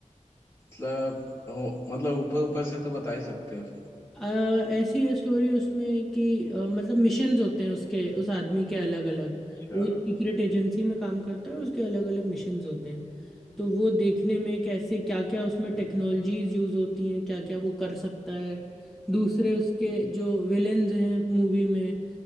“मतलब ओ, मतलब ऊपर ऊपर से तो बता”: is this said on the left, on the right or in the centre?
Left